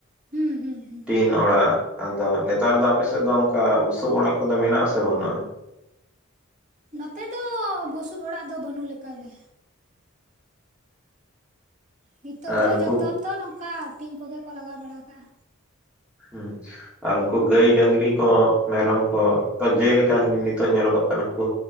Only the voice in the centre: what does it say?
ᱤᱱ ᱚᱲᱟᱜ ᱟᱫᱚ ᱱᱮᱛᱟᱨ ᱫᱚ ᱟᱯᱮ ᱥᱮᱫ ᱫᱚ, ᱚᱝᱠᱟ ᱵᱩᱥᱩᱵ ᱚᱲᱟᱜ ᱠᱚᱫᱚ ᱢᱮᱱᱟᱜ ᱟᱥᱮ ᱵᱟᱹᱱᱩᱜᱼᱟ?
ᱟᱨ
ᱩᱱᱠᱩ
ᱦᱩᱸ ᱪᱷᱟ ᱟᱨ ᱩᱱᱠᱩ ᱜᱟᱹᱭ ᱰᱟᱹᱝᱨᱤ ᱠᱚ ᱢᱮᱨᱚᱢ ᱠᱚ, ᱛᱚ ᱡᱮᱞᱮᱠᱟᱱ ᱜᱮ ᱱᱤᱛᱚᱜ ᱧᱮᱞᱚᱜᱚᱜ ᱠᱟᱱᱟ ᱠᱩ